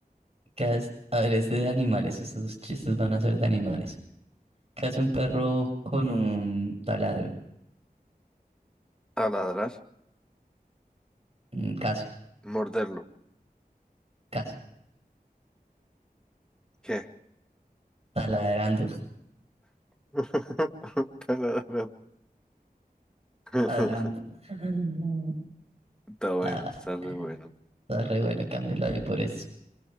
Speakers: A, on the right; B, in the centre.
A: ¿Qué hace? A ver, este de animales. Estos chistes van a ser de animales. ¿Qué hace un perro con un taladro?
B: Taladrar,
A: Mm, Casi,
B: morderlo.
A: casi.
B: ¿Qué?
A: Taladrando.
B: <laughs> Taladrar. <laughs>
A: Taladrando. <laughs>
B: Está bueno,
A: Ah,
B: está re bueno.
A: está re bueno, cámbialo ahí por eso.